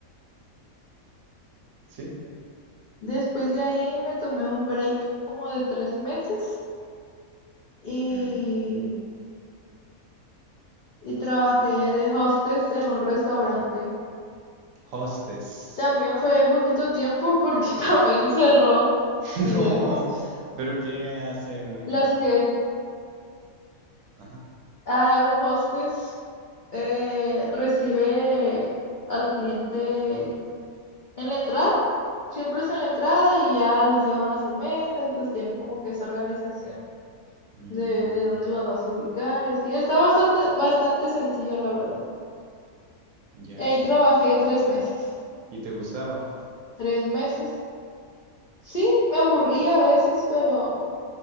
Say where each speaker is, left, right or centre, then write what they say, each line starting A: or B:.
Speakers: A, on the right; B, on the left.
A: sí.
B: después de ahí me tomé un break como de tres meses y,
A: Mm,
B: y trabajé de hostess en un restaurante.
A: Hostess.
B: También fue poquito tiempo porque <laughs> también cerró.
A: <laughs>
B: Sí,
A: No,
B: de hostess.
A: pero ¿qué hace un...?
B: Las que
A: Ajá.
B: a un hostess eh, recibe al cliente En la entrada, siempre es en la entrada y ya los llevan a su mesa y pues tienen como que esa organización
A: Mm,
B: de, de dónde los vas a ubicar y así. Está bastante, bastante sencillo, la verdad.
A: ya,
B: Ahí
A: ya,
B: trabajé
A: ya.
B: tres meses.
A: ¿Y te gustaba?
B: Tres meses. Sí, me aburría a veces, pero